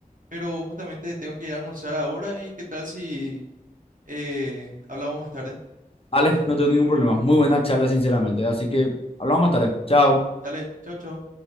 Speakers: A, on the right (about 65°); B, on the left (about 40°).
A: pero justamente tengo que ir a almorzar ahora y qué tal si eh, hablamos más tarde.
B: Alex, no tengo ningún problema. Muy buena charla, sinceramente. Así que hablamos más tarde. Chao.
A: Dale, chau, chau.